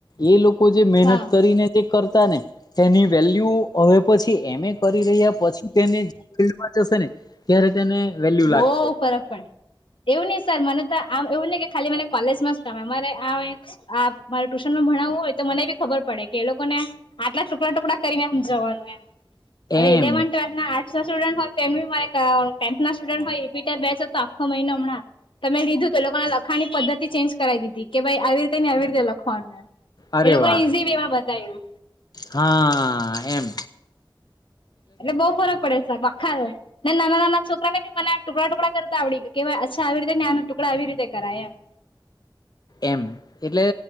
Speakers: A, on the left; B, on the left.
A: એ લોકો જે મહેનત
B: હા
A: કરીને જે કર રતાને એની વેલ્યુ હવે પછી એમએ કરી રહ્યા પછી તેને ફિલ્ડ થશેને ત્યારે તેને લાગશે
B: બઉ ફરક પડે એવું નઈ સર મને તો આમ એવું ને કે ખાલી મને કોલેજમાં જ કમે મારે આ મારે ટ્યુશન માં ભણાવવું હોય તો મને બી ખબર પડે કે એ લોકો ને આટલા ટુકડા ટુકડા કરીને આમ જવાનું એમ હવે
A: એમ
B: ઇલેવન્થ ટ્વેલ્થ ના આર્ટ સ્ટુડન્ટ હોય તો તેમને મારે કર ના સ્ટુડન્ટ હોય ત બેસ હતો આખો મહિનો હમણાં તમે લીધું તો લોકોને લખવાની પદ્ધતિ ચેન્જ કરાવ દીધી કે ભાઈ આવી રીતે ને આવી રીતે લખવાનું
A: અરે
B: એ લોકોને
A: વાહ
B: ઈઝી વે માં બતાય્યું
A: હા એમ
B: એટલે બહુ ફરક પડે સાહેબ આખા ને નાના નાના છોકરા ને બી મને ટુકડા ટુકડા કરતા આવડી ગયો કેય અચ્છા આવી રીતે આના ટુકડા આવી રીતે કરાય એમ.
A: એમ એટલે